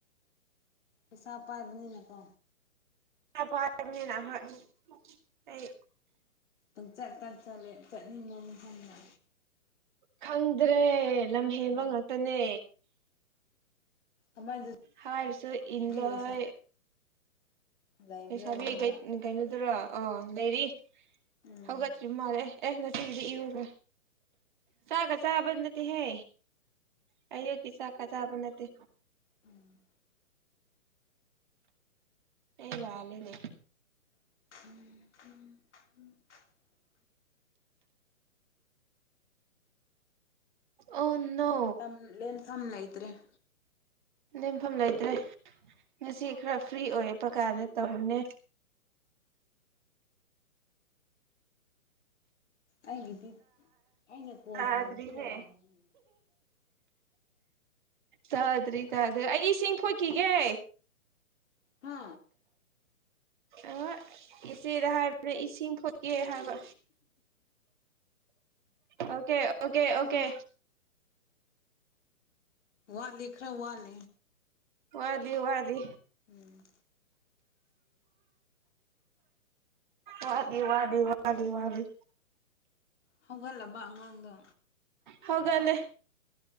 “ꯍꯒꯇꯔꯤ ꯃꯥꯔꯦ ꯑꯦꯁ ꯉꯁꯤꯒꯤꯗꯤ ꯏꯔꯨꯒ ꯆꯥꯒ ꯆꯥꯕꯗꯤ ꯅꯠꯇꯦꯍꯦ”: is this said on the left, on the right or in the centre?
Right